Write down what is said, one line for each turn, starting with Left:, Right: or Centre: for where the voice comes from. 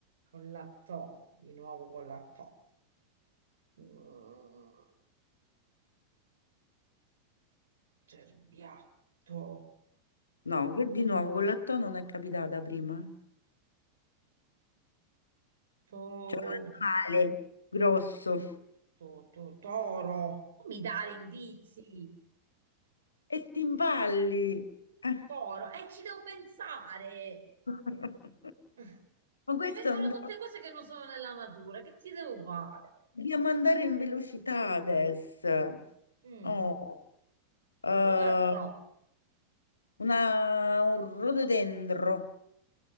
Right: Con la to, di nuovo con la to. Mm, cerbiatto.
Left: No, che di nuovo con la T non è capitata prima.
Right: To.
Left: C'è un animale grosso.
Right: To- to- toro. Non mi dare indizi,
Left: E ti impalli. Eh.
Right: toro, e ci devo pensare.
Left: <laughs>
Right: <laughs>
Left: Ma questo
Right: Mi vengono
Left: è un...
Right: tutte cose che non sono nella natura, che ci devo fare?
Left: Dobbiamo andare in velocità adesso.
Right: Mm,
Left: Oh, eh,
Right: Con la ro.
Left: una- un rododendro,